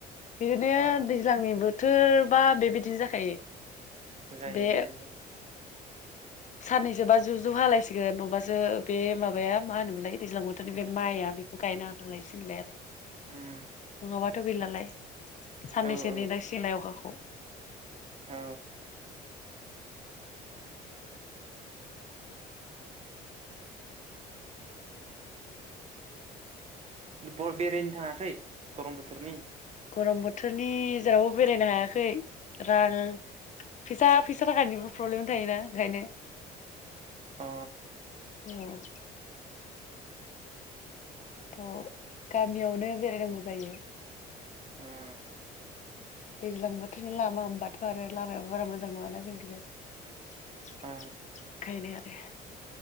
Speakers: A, on the left (about 45°); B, on the right (about 40°).
A: बिदिनो
B: अ
A: दैज्लांनि बोथ बोथोरबा बेबायदिनो जाखायो।
B: जायो
A: बे
B: जायो औ।
A: साननैसोबा जु जु हालायसिगोन नबासो बे माबाया मा होनोमोनलाय दैज्लां बोथोरनि बे माइआ बेखौ गायना हालायसिगोनलाय आरो
B: उम
A: नङाबाथ' गैलालाय। साननैसो
B: औ औ
A: नेनांसिगोनलाय अखाखौ।
B: औ। ब-बेरायनो थाङाखै गरम बोथोरनि?
A: गरम बोथोरनि जेरावबो बेरायनो हायाखै रां फैसा फैसा थाखानिबो प्रब्लेम थायोना ओंखायनो।
B: अ
A: औ थ' गामियावनो बेरायनांगौ जायो
B: उम
A: दैज्लां बोथोरनि लामा होनबाथ' आरो लामायाबो बारा मोजां नङाना जोंनिथिं ओंखायनो
B: ओ
A: आरो